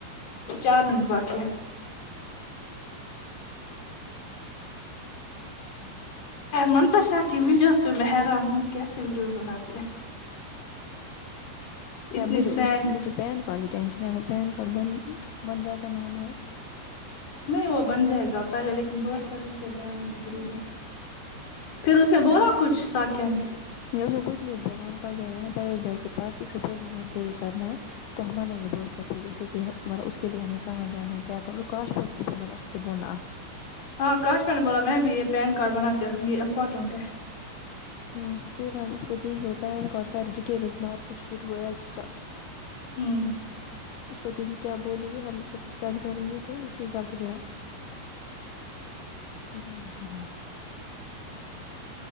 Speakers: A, on the left; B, on the left.
A: چار منٹ باقی منتشا کی ویڈیوز میں ہیران ہوں کیسے ویڈیوز بناتے ہے
B: یار
A: اتنی
B: مجھے اس
A: فرینک
B: مجھے پین کارڈ کی ٹینشن ہے اگر پین کارڈ بن بن جاتا نا ہمارا
A: نہیں وہ بن جائے گا پہلے لیکن برتھ سرٹیفکیٹ بنانی بھی ضروری ہے پھر اس نے بولا کچھ ساکیا نے
B: اس نے کچھ نہیں بولا ہم کل جائے گے نا پیروز بھائی کے پاس اسے بولیں گے ہم کیا کیا کرنا ہے تو ہم من یہ برتھ سرٹیفکیٹ اس لیے کہ مطلب اس کے لیے ہمیں کہاں جانا ہے کیا کر ر کاش اوبی مگربچھاسے بولنا آپ
A: ہاں کاشوین نے بولا میں بھی یہ پین کارڈ بنا کے رکھوں گی یہ امپورٹینٹ ہے
B: ہاں پھر ہم اس کو دیں گے وہ پین کارڈ سارے ڈیٹیلز مارک شیٹ وہ ایٹسٹرا
A: ہوں
B: اس کو دیںے کیا بولیے ہم اس کو پھر سینڈ کریں گے تو تو اسی حساب سے پھر ہم جوائن کریں گے